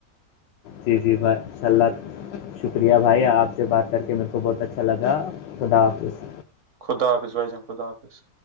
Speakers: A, on the left (about 85°); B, on the right (about 45°).
A: جی جی بھائی ان شاء اللہ شکریہ بھائی آپ سے بات کر کے میرے کو بہت اچھا لگا خدا حافظ
B: خداظ بائیا خدافظ